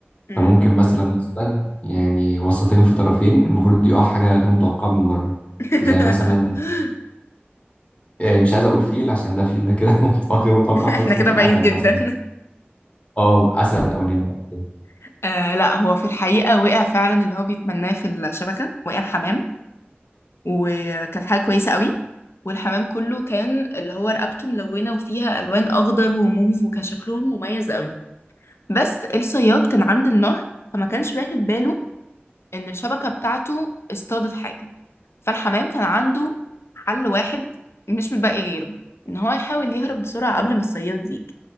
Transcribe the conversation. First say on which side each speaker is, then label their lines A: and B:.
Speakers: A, on the left; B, on the left.
A: مم.
B: فممكن مثلا مثلا يعني وسطين في طرفين المفروض يقع حاجة غير متوقعة من مرة
A: <laughs>
B: زي مثلا يعني مش عايز اقول فيل عشان ده فيل ده كده <laughs> متوقع غير متوقع خالص
A: احنا كده
B: ممكن
A: بعيد
B: اسد
A: جدا
B: مثلا اه اسد او نمر أو كده.
A: <laughs> آه لا هو في الحقيقة وقع فعلا اللي هو بيتمناه في الشبكة وقع حمام وكانت حاجة كويسة قوي والحمام كله كان اللي هو رقبته ملونة وفيها ألوان أخضر وموف وكان شكلهم مميز قوي بس الصياد كان عند النهر فما كانش واخد باله إن الشبكة بتاعته اصطادت حاجة فالحمام كان عنده حل واحد مش متبقي غيره ان هو يحاول يهرب بسرعة قبل ما الصياد يجي